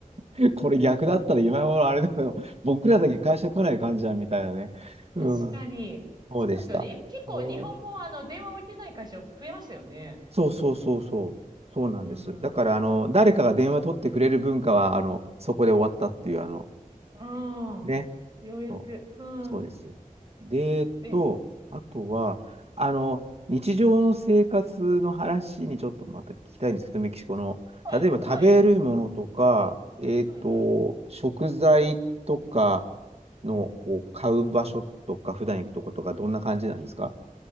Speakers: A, on the right; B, on the right.
A: てこれ逆だったら今頃あれだけど、僕らだけ会社来ない感じだ、みたいなね。うん、
B: 確かに。
A: そうでした。
B: そうですよね。結構日本もあの、
A: へー
B: 電話置いてない会社増えましたよね。
A: そうそうそうそう。そうなんです。
B: うん。
A: だから、
B: う
A: あの、誰かが電話取ってくれる文化は、あの、そこで終わったっていう、あの、
B: ん。
A: ね。
B: ようやく。
A: そう、
B: うん。
A: そうです。で、えっと、
B: で、い
A: あとは、あの、日常の生活の話にちょっとまた聞きたいんですけど、メキシコの。
B: はい、
A: 例えば食べるものとか、
B: はい。
A: えっと、
B: うんうん。
A: 食材とかの、
B: うんうん。
A: こう、買う場所とか、普段行くとことか、どんな感じなんですか